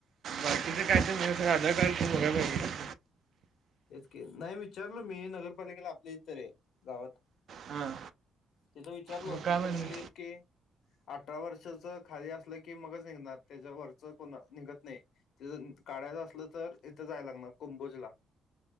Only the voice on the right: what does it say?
बाकीच काय नाही पण मिळलं, आधार कार्डच बघायला पाहिजे.
हां
मग काय
म्हणलं